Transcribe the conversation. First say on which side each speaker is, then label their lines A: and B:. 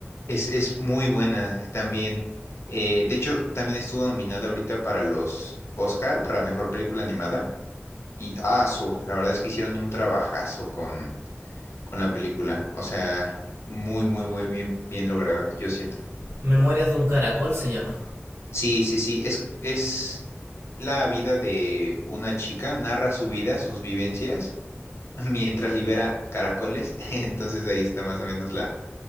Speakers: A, on the left (about 70°); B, on the right (about 80°).
A: Es, es muy buena también. Eh, de hecho, también estuvo nominada ahorita para los Oscar, para Mejor Película Animada. Y aso, la verdad es que hicieron un trabajazo con, con la película. O sea, muy, muy, muy bien, bien lograda, yo siento.
B: Memorias de un caracol se llama.
A: Sí, sí, sí, es, es la vida de una chica, narra su vida, sus vivencias mientras libera caracoles. <laughs> Entonces ahí está más o menos la,